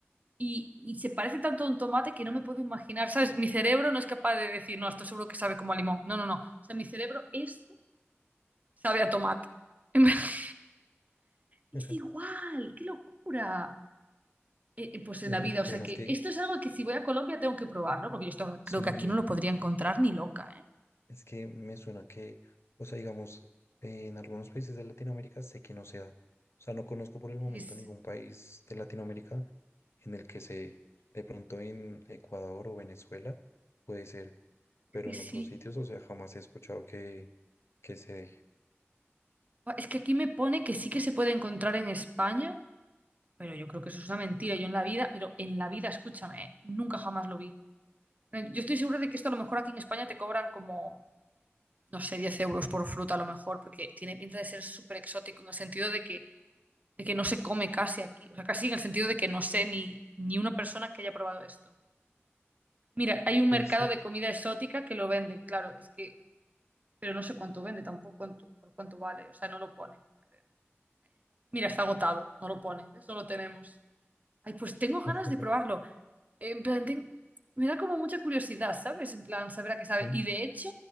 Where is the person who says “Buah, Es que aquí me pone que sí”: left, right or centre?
Right